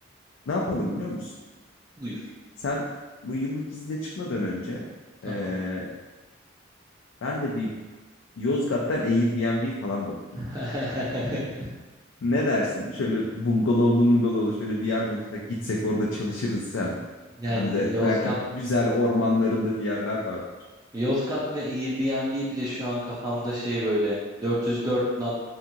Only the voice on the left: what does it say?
ne yapalım biliyor musun?
Sen bu yıllık izne çıkmadan önce
eee, ben de bir Yozgat'tan Airbnb falan bakayım.
Ne dersin? Şöyle bungalovlu bungalovlu şöyle bir yer bulsak gitsek orada çalışırız hem.
Hem de
belki güzel ormanlarında bir yerler var.